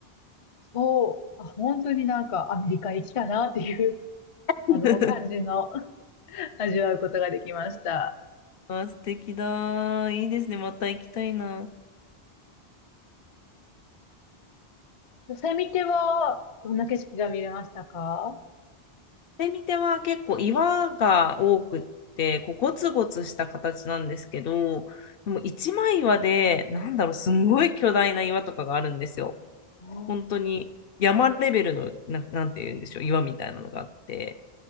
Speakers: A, on the left; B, on the left.
A: そう、あ、本当になんかアメリカ行きたなっていう、
B: <laughs>
A: あの、感じの <laughs> 味わうことができました。
B: あ、素敵だ。いいですね。また行きたいな。
A: ヨセミテは、どんな景色が見れましたか
B: で見ては結構岩が多くって、こうゴツゴツした形なんですけど、でも一枚岩で、なんだろう、すんごい巨大な岩とかがあるんですよ。
A: あー
B: 本当に山レベルの、な、なんて言うんでしょう、岩みたいなのがあって、